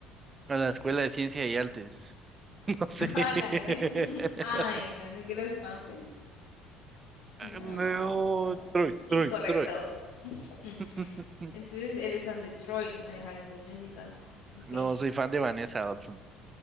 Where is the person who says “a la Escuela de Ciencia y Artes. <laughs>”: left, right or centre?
Right